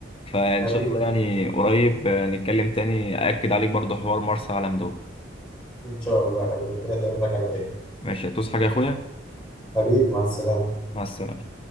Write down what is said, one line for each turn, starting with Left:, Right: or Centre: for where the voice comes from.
Left: فان
Centre: حبيبي
Left: شاء الله يعني قريب آه، نتكلم تاني اكد عليك برضو حوار مرسى علم دوت
Centre: ان شاء الله يا حبيبي ربنا يتمم لك على خير
Left: ماشي هتوس حاجه يا اخويا
Centre: حبيبي مع السلامه
Left: مع السلامه